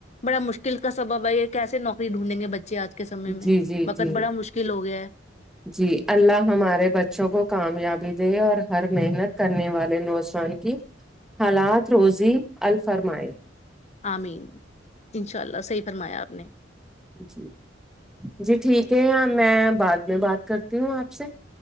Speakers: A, on the left; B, in the centre.
A: بڑا مشکل کا سبب ہے یہ کیسے نوکری ڈھونڈیں گے بچے آج کے سمے میں
B: جی جی
A: وقت
B: جی
A: بڑا مشکل ہو گیا ہے
B: جی اللہ ہمارے بچوں کو کامیابی دے اور ہر محنت کرنے والے نوجوان کی حالات روزی ال فرمائے
A: آمین انشاء اللہ صحیح فرمایا آپ نے
B: جی جی ٹھیک ہے میں بعد میں بات کرتی ہوں آپ سے